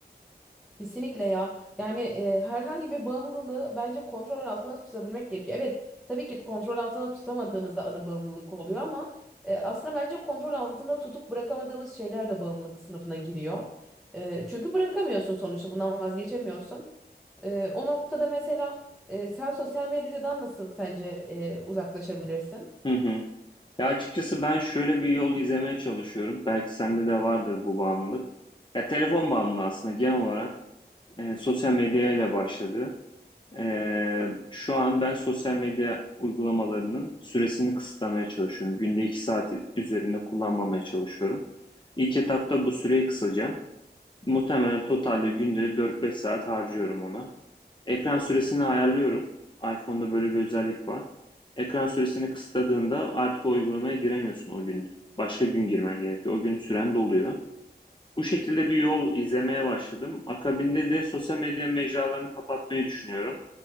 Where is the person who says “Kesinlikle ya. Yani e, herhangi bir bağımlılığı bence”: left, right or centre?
Centre